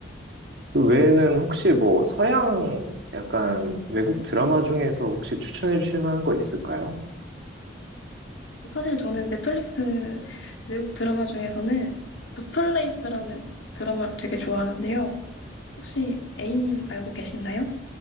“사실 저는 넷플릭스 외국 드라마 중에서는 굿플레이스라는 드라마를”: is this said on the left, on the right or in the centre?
Left